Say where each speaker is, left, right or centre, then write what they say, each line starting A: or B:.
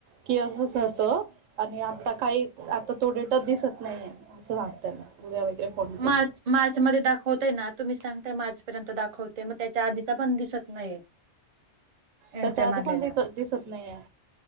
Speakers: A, on the right; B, on the right.
A: की, असं असं होत होतं आणि आता काही आता तो डेटा दिसत नाहीये असं सांग त्यांना उद्य वगैरे फोन करून
B: मार्च मार्च मध्ये दाखवताय ना तुम्ही सांगता मार्च पर्यंत दाखवते मग त्याच्या आधीचा पण दिसत नाही.
A: त्याच्या
B: एन टाइम
A: आधी
B: आलेला,
A: पण दिस दिसत नाहीये